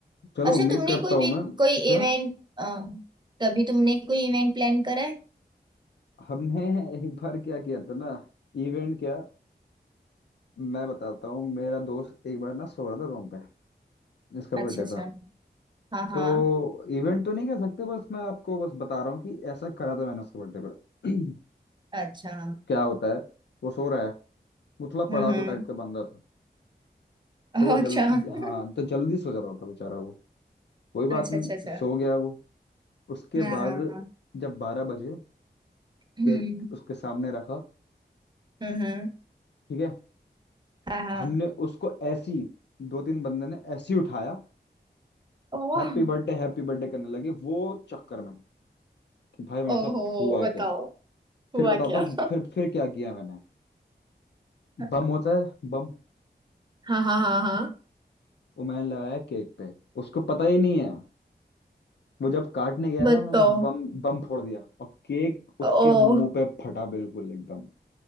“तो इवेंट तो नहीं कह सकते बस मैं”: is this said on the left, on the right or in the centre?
Left